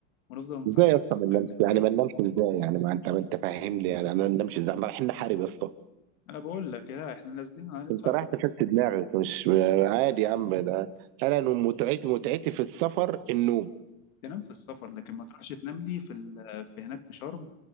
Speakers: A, on the left (about 85°); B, on the right (about 45°).
A: ونفضل نصحي
B: ازاي يا اسطى ما
A: يقول
B: ننامش
A: لك
B: يعني
A: ننزل
B: ما ننامش ازاي يعني ما انت ما انت فاهم لي يعني انا ما ننامش ازاي احنا رايحين نحارب يا اسطى
A: انا بقول لك لا احنا نازلين هندفع
B: انت رايح
A: فلوس
B: تفك دماغك مش عادي يا عم ده انا متعتي متعتي في السفر النوم
A: تنام في السفر لكن ما تروحش تنام لي في ال... في هناك في شرم